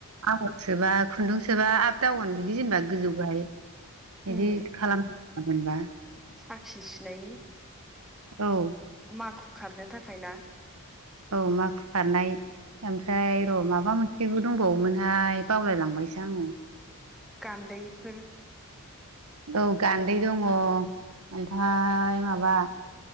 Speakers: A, on the right (about 70°); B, in the centre.
A: आगर सोबा खुन्दुं सोबा आप दाउन बिदि जेनेबा गोजौ गाय बिदि
B: उम
A: खालाम। थामहिनबा
B: साखि सुनायनि
A: औ
B: माखु खारनो थाखाय ना।
A: औ माखु खारनाय ओमफ्राय र' माबा मोन। थेवबो दंबावोमोनहाय बावलाय लांबायसो आङो
B: गान्दैफोर।
A: औ गान्दै दङ ओमफाय माबा